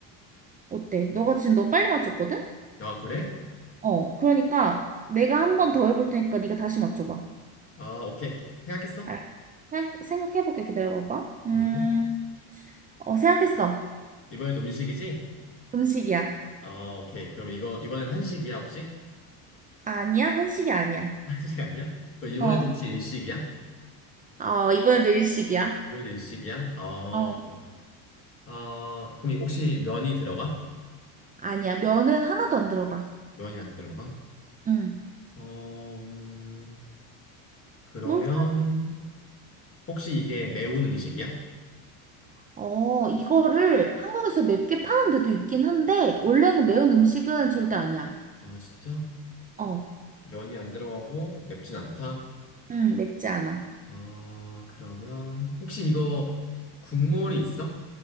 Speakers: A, on the right; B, on the left.
A: 어때? 너가 지금 너 빨리 맞췄거든?
B: 아, 그래?
A: 어, 그러니까 내가 한 번 더 해볼 테니까 네가 다시 맞춰봐.
B: 아, 오케이. 생각했어?
A: 알 생각, 생각해볼게. 기다려봐봐. 음,
B: 음.
A: 어, 생각했어.
B: 이번에도 음식이지?
A: 음식이야.
B: 어, 오케이. 그럼 이거, 이번엔 한식이야, 혹시?
A: 아니야? 한식이 아니야.
B: <laughs> 한식 아니야? 그럼 이번에도
A: 어,
B: 혹시 일식이야?
A: 어, 이번에도 일식이야.
B: 이번에도 일식이야? 어,
A: 어,
B: 어, 그럼 혹시 면이 들어가?
A: 아니야. 면은 하나도 안 들어가.
B: 면이 안 들어가?
A: 응.
B: 어, 음, 그러면
A: 뭘까?
B: 혹시 이게 매운 음식이야?
A: 어, 이거를 한국에서 맵게 파는 데도 있긴 한데, 원래는 매운 음식은 절대 아니야.
B: 아, 진짜?
A: 어,
B: 면이 안 들어가고 맵진 않다?
A: 음, 맵지 않아.
B: 아, 그러면 혹시 이거 국물이 있어?